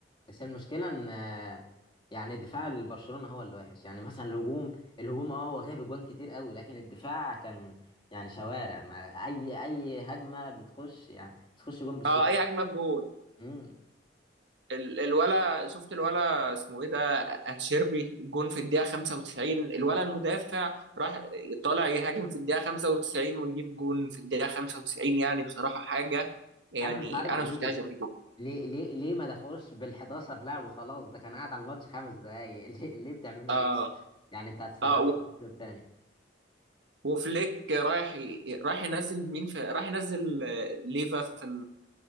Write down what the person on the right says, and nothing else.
اه اي اجمد جول
ال... الولا شفت الولا اسمه ايه ده اتشيربي جون في الدقيقة 95 الولا المدافع راح طالع يهاجم في الدقيقة 95 ويجيب جون في الدقيقة 95 يعني بصراحة حاجة يعني
انا ما
شفتهاش قبل كده
اه
اه
وفليك رايح ي- رايح ينزل مين في رايح ينزل آه، ليفا في ال...